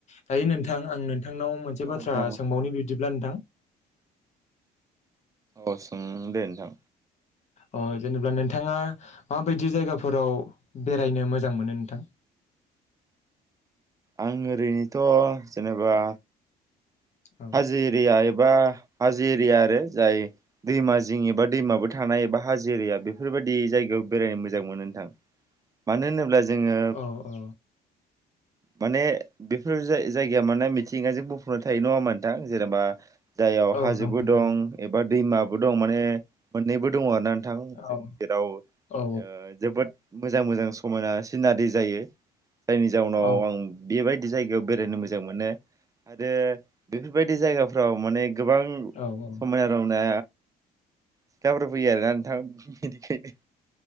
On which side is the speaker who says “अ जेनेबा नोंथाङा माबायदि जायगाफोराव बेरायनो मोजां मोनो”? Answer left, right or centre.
Left